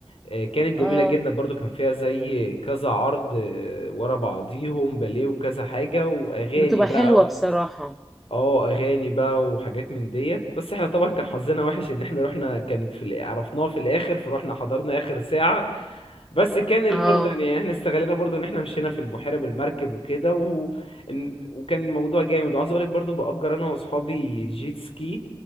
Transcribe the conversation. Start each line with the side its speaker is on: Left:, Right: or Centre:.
Left: آه، كانت
Centre: اه
Left: جميله جدا برضو كان فيها زي كذا عرض آه، ورا بعضيهم باليه وكذا حاجه واغاني
Centre: بتبقى
Left: بقى
Centre: حلوة
Left: و-
Centre: بصراحة
Left: اه اغاني بقى وحاجات من ديت بس احنا طبعا كان حظنا وحش ان احنا رحنا كانت في الآ- عرفناها في الاخر فروحنا حضرنا اخر ساعه بس كان ال-
Centre: اه
Left: برضه يعني احنا استغلينا برضه ان احنا مشينا في البحيره بالمركب وكده و... إن- وكان الموضوع جامد وعاوز اقول لك برضه باجر انا واصحابي جيت سكي